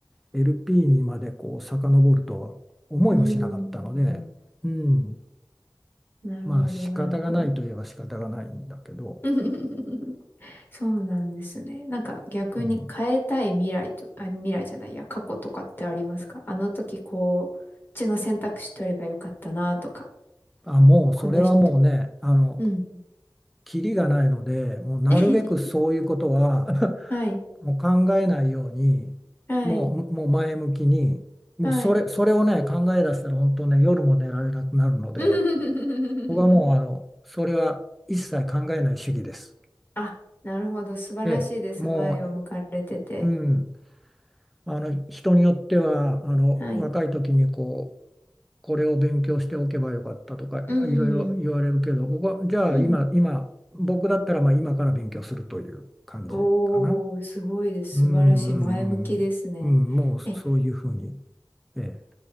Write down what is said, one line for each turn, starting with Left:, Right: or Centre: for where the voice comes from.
Centre: LP にまでこう遡るとは思いもしなかったので、
Left: うん。
Centre: うん、
Left: なるほど、
Centre: まあ仕方がないといえば仕方がないんだけど、
Left: なるほど。<laughs> そうなんですね。なんか逆に変えたい未来と、
Centre: うん、
Left: あ、未来じゃないや、過去とかってありますかあの時こう、こっちの選択肢取ればよかったなとか、
Centre: あ、もうそれはもうね、
Left: この人。
Centre: あの、
Left: うん。
Centre: キリがないので、もうなるべくそういうことは
Left: <laughs> はい、
Centre: <laughs> もう考えないように、
Left: はい、
Centre: もう、もう前向きに、もうそれ、
Left: はい。
Centre: それをね、考え出したら本当ね、夜も寝られなくなるので、
Left: <laughs>
Centre: 僕はもうあの、それは一切考えない主義です。
Left: あ、なるほど。素晴らしいです。
Centre: ええ、も
Left: 前を向かれてて。
Centre: う、うん。あの人によってはあの若い時にこう
Left: はい。
Centre: これを勉強しておけばよかったとかいろいろ言われるけど僕はじゃあ今今僕だったらまあ今から勉強するという感じかな。
Left: うん、うん。おー、すごいです。
Centre: うんうんうんうん、
Left: 素晴らしい。前向きですね。
Centre: うんもうそそういうふうに。
Left: え、
Centre: ええ、